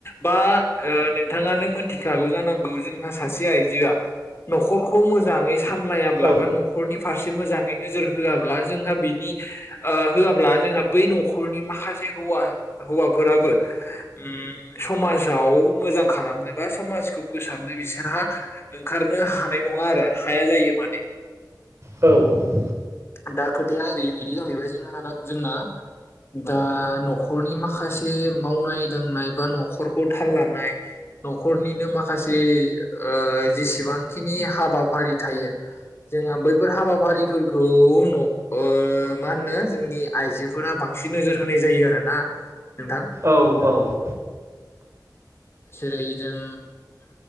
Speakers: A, on the left; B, on the right.
A: बा ओ नोंथाङानो मोनथिखागौ जानांगौ जोंहा सासे आइजोआ न'खरखौ मोजाङै सामलायाब्ला
B: औ
A: बा न'खरनि फारसे मोजां नोजोर होआब्ला जोंहा बिनि ओ होआब्ला जोंहा बै न'खरनि माखासे हौवा हौवाफोराबो उम समाजाव मोजां खालामनो बा समाजखौ फोसाबनो बिसोरहा ओंखारनो हानाय नङा आरो हाया जायो माने
B: औ
A: दा खोथाया ओरैबायदि जाहैबाय जोंहाना जोंना दा न'खरनि माखासे मावनाय दांनाय बा न'खरखौ थाल लानाय। न'खरनिनो माखासे ओ जेसेबांखिनि हाबाफारि थायो जोंहा बैफोर हाबाफारिफोरखौ न' ओ मा होनो जोंनि आइजोफोरा बांसिन नोजोर होनाय जायो आरोना। नोंथां
B: औ औ
A: जेरै जों